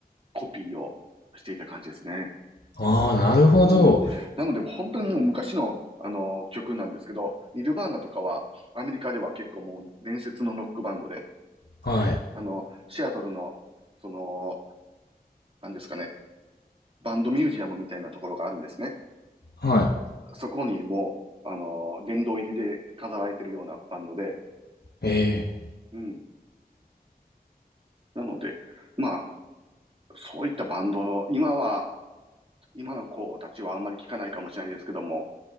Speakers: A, on the right (about 35°); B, on the left (about 85°).
A: コピーをしていた感じですね。
B: ああ、なるほど。
A: うん。なので、本当にもう昔の、あの、曲なんですけど、ニルバーナとかは、アメリカでは結構もう伝説のロックバンドで、
B: はい。
A: あの、シアトルの、その、なんですかね、バンドミュージアムみたいなところがあるんですね。
B: はい。
A: そこにもう、あの、殿堂入りで飾られてるようなバンドで、
B: ええ
A: うん。なので、まあ、そういったバンドを、今は、今の子たちはあんまり聞かないかもしれないですけども、